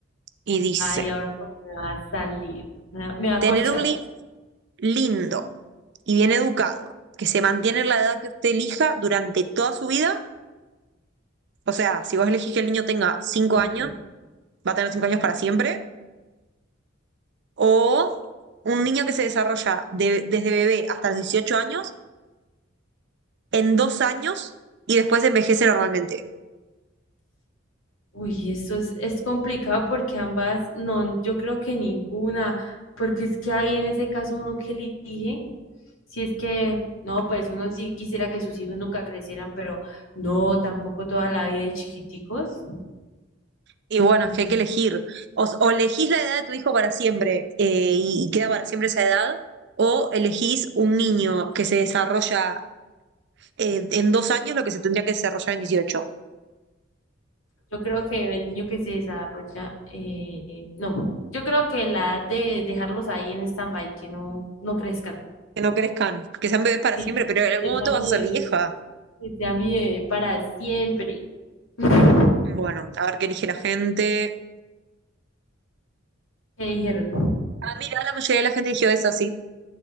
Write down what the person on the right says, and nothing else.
Y dice,
tener un li- lindo y bien educado, que se mantiene en la edad que usted elija durante toda su vida. O sea, si vos elegís que el niño tenga cinco
años, va a tener 5 años para siempre. O un niño que se desarrolla de- desde bebé hasta los 18 años en dos años y después envejece normalmente.
Y bueno,
es que hay que elegir. O, o elegís la edad de tu hijo para siempre eh, y, y queda para siempre esa edad, o elegís un niño que se desarrolla eh, en dos años lo que se tendría que desarrollar en dieciocho
Que no crezcan, que sean bebés para
siempre, pero en algún
momento
vas a ser vieja.
Bueno, a ver qué elige la gente.
Ah, mira, la mayoría de la gente eligió eso, sí.